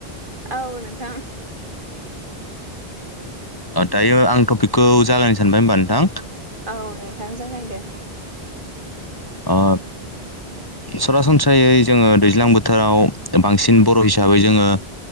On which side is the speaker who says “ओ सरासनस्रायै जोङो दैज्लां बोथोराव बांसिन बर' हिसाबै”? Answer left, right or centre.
Left